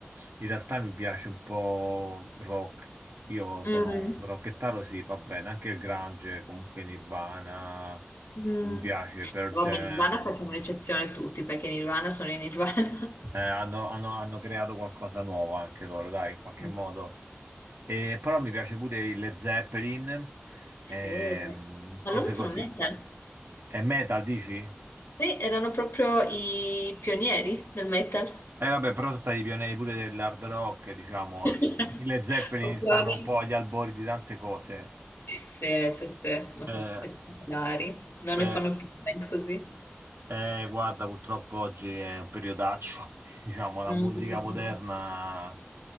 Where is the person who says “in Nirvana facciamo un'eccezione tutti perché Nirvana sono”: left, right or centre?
Left